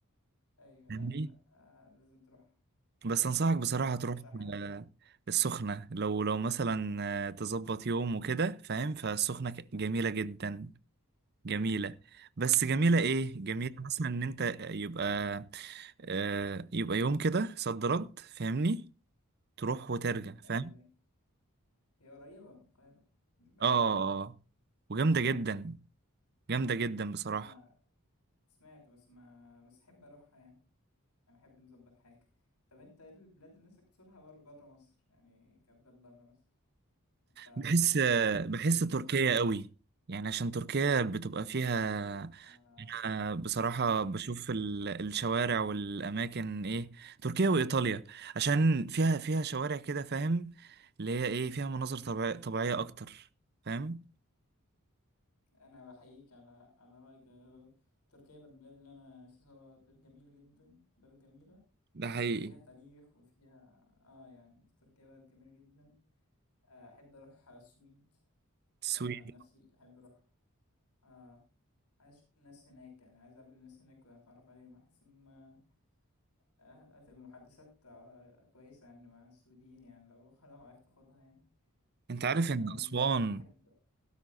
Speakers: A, on the left; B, on the right.
A: ايوه
B: فاهمني؟
A: لا آه لازم تروح
B: بس أنصحك بصراحة تروح
A: رشح حالك
B: آه، السخنة لو لو مثلا آه، تظبط يوم وكده فاهم فالسخنة ك- جميلة جدا جميلة بس جميلة ايه جميلة
A: ايوه
B: مثلا
A: ايوه
B: ان انت يبقى آه يبقى يوم كده صد رد فاهمني تروح وترجع فاهم
A: ايوه ايوه هي قريبه من القاهره مش بعيده
B: اه آه.
A: يعني
B: آه. وجامدة جدا جامدة جدا بصراحة
A: ما سمعت بس ما بس احب اروحها يعني يعني احب نظبط حاجه طب انت ايه البلاد اللي نفسك تزورها بره بره مصر يعني كبلاد بره مصر انت
B: بحس آه،
A: عندك حاجه
B: بحس
A: حاجة زي
B: تركيا
A: كده مثلا
B: قوي يعني عشان تركيا بتبقى فيها
A: آه
B: أنا بصراحة بشوف ال- الشوارع والأماكن إيه تركيا وإيطاليا عشان فيها فيها شوارع كده فاهم اللي هي إيه فيها مناظر طبيع- طبيعية أكتر فاهم
A: انا بحييك على على رايك ده. تركيا من البلاد اللي انا نفسي ازورها بلاد جميله جدا بلد جميله
B: ده حقيقي
A: وفيها تاريخ وفيها اه يعني تركيا بلد جميله جدا آه، احب اروح السويد
B: السويد
A: آه، نفسي احب اروح آه، عايز اشوف الناس هناك يعني عايز اقابل الناس هناك واتعرف عليهم احس ان ما آه، هتبقى محادثات آه، كويسة يعني مع السويديين يعني لو لو عرفت اخدها يعني
B: انت عارف
A: آم،
B: ان اسوان
A: احب